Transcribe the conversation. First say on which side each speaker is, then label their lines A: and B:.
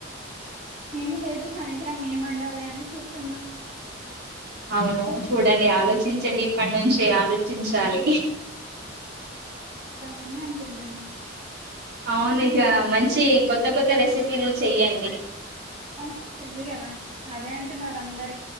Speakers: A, on the right; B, on the right.
A: ఏమి లేదు సాయంత్రం ఏ మండాలి అని చూస్తున్నా
B: అవును చూడండి ఆలోచించండి ఇప్పటి నుంచి ఆలోచించాలి
A: మని అనుకుంటున్నా
B: అవును ఇక మంచి కొత్త కొత్త రెసిపీలు చెయ్యండి
A: అ ఇప్పుడు పెళ్ళి కదా అదే అంటున్నారు అందరి